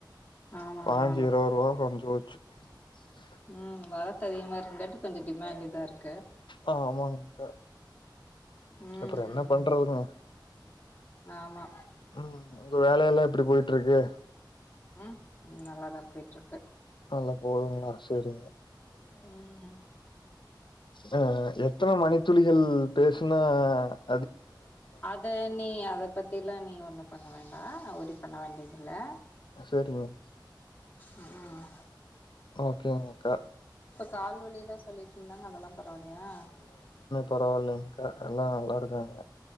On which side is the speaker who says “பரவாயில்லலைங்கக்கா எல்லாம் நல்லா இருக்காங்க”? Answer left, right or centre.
Left